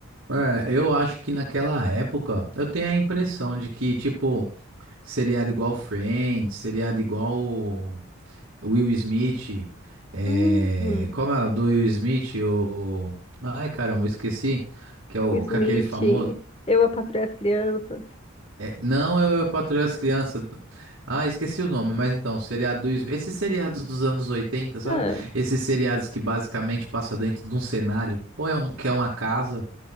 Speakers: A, on the right; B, on the left.
A: É, eu acho que naquela época eu tenho a impressão de que, tipo. Seriado igual Friends, seriado igual Will Smith. É...
B: Uhum.
A: Como é o do Will Smith? O... Ai, caramba, eu esqueci. Que é o...
B: O Smith,
A: com aquele famoso.
B: Eu, a Patroa e as Crianças.
A: é, Não, eu, eu patroei as crianças. Ah, esqueci o nome, mas então, o seriado do Will Smith. Esses seriados dos anos 80, sabe?
B: Ah,
A: Esses seriados que basicamente passa dentro de um cenário, ou é um... que é uma casa,